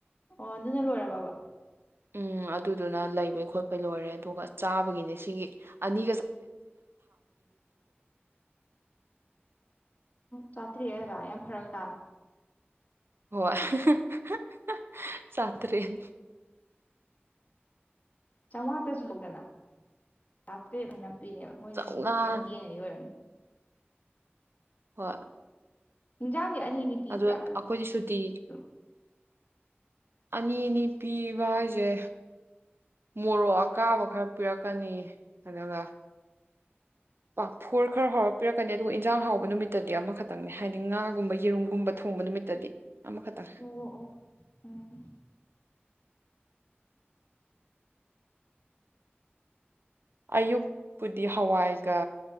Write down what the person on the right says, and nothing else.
ꯎꯝ ꯑꯗꯨꯗꯨꯅ ꯂꯩꯕꯩ ꯈꯣꯠꯄꯩ ꯂꯣꯏꯔꯦ ꯑꯗꯨꯒ ꯆꯥꯕꯒꯤꯅꯤ ꯁꯤꯒꯤ ꯑꯅꯤ
ꯍꯣꯢ ꯍꯥ ꯍꯥ ꯍꯥ ꯍꯥ ꯆꯥꯇ꯭ꯔꯦꯠ
ꯆꯥꯝꯃꯉꯥ
ꯍꯣꯏ
ꯑꯗꯣ
ꯑꯩꯈꯣꯏꯗꯤ ꯁꯨꯇꯤ ꯑꯅꯤ ꯑꯅꯤ ꯄꯤꯕ ꯍꯥꯏꯁꯦ ꯃꯣꯔꯣꯛ ꯑꯀꯥꯕ ꯈꯔ ꯄꯤꯔꯛꯀꯅꯤ ꯑꯗꯨꯒ ꯄꯥꯐꯣꯔ ꯈꯔ ꯍꯥꯎꯔ ꯄꯤꯔꯛꯀꯅꯤ ꯑꯗꯨꯒ ꯏꯟꯖꯥꯡ ꯍꯥꯎꯕ ꯅꯨꯃꯤꯠꯇꯗꯤ ꯑꯃꯈꯛꯇꯪꯅꯦ ꯍꯥꯏꯗꯤ ꯉꯥꯒꯨꯝꯕ ꯌꯦꯔꯨꯝꯒꯨꯝꯕ ꯊꯣꯡꯕ ꯅꯨꯃꯤꯠꯇꯗꯤ ꯑꯃ ꯈꯇꯪ
ꯑꯌꯨꯛꯄꯨꯗꯤ ꯍꯋꯥꯏꯒ